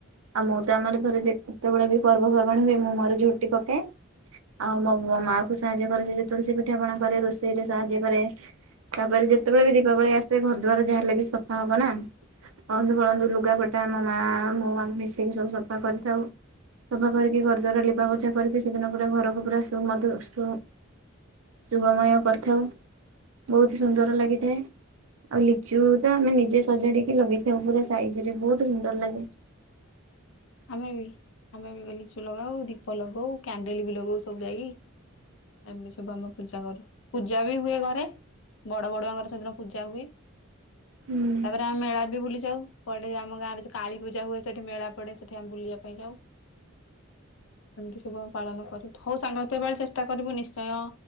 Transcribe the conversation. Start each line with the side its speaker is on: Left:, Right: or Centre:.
Right: ଆଉ ମୁଁ ତ ଆମର ଘରେ ଯେ ଯେତେବେଳେ ବି ପର୍ବପର୍ବାଣି ହୁଏ ମୁଁ ମୋର ଝୋଟି ପକାଏ। ଆଉ ମୋ ମୋ ମାଆ କୁ ସାହାଯ୍ୟ କରେ ସେ ଯେତେବେଳେ ସେ ପିଠାପଣା କରେ ରୋଷେଇରେ ସାହାଯ୍ୟ କରେ ତାପରେ ଯେତେବେଳେ ବି ଦୀପାବଳି ଆସିଥାଏ ଘର ଦ୍ୱାର ଯାଆହେଲେ ବି ସଫା ହବ ନା ଅଳନ୍ଧୁ ଫଳନ୍ଧୁ ଲୁଗାପଟା ମୋ ମାଆ ମୁଁ ଆମେ ମିଶିକି ସବୁ ସଫା କରିଥାଉ। ସଫା କରିକି ଘର ଦ୍ୱାର ଲିପାପୋଛା କରିକି ସେଦିନ ପୁରା ଘରକୁ ପୁରା ସୁମଧୁ ସୁ ଶୁଭମୟ କରିଥାଉ ବହୁତ ସୁନ୍ଦର ଲାଗିଥାଏ। ଆଉ ଲିଚୁ ତ ଆମେ ନିଜେ ସଜାଡିକି ଲଗେଇଥାଉ ପୁରା ସାଇଜ ରେ ବହୁତ ସୁନ୍ଦର ଲାଗେ।
Left: ଆମେ ବି ଆମେ ବି ଗ ଲିଚୁ ଲଗାଉ ଦୀପ ଲଗଉ କ୍ୟାଣ୍ଡେଲ ବି ଲଗଉ ସବୁ ଯାଇକି। ଏମିତି ସବୁ ଆମ ପୂଜା କରୁ ପୂଜା ବି ହୁଏ ଘରେ। ବଡ଼ ବଡୁଆଙ୍କର ସେଦିନ ପୂଜା ହୁଏ।
Right: ହୁଁ।
Left: ତାପରେ ଆମେ ମେଳା ବି ବୁଲି ଯାଉ ପଡେ ଆମ ଗାଁରେ ଯଉ କାଳୀ ପୂଜା ହୁଏ ସେଠି ମେଳା ପଡେ ସେଠି ସେ ଠି ଆମେ ବୁଲିବା ପାଇଁ ଯାଉ। ଏମିତି ସବୁ ଆମେ ପାଳନ କରୁୁ ଥା ହଉ ସାଙ୍ଗ ତୁ ଏ ପାଳି ଚେଷ୍ଟା କରିବୁ ନିଶ୍ଚୟ।